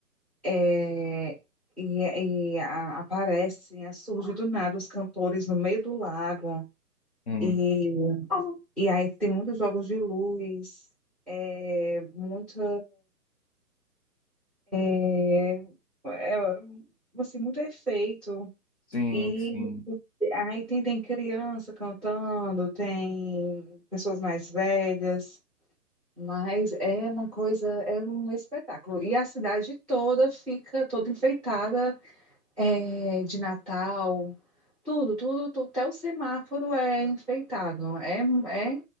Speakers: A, in the centre; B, on the left.
A: é, e, e a- aparece, assim, surge do nada os cantores no meio do lago.
B: hum.
A: E, e aí tem muitos jogos de luz, é, muito, é, é, assim, muito efeito.
B: Sim,
A: E
B: sim.
A: aí tem, tem criança cantando, tem pessoas mais velhas, mas é uma coisa, é um espetáculo. E a cidade toda fica toda enfeitada, é, de Natal, tudo, tudo, tudo, até o semáforo é enfeitado. É, é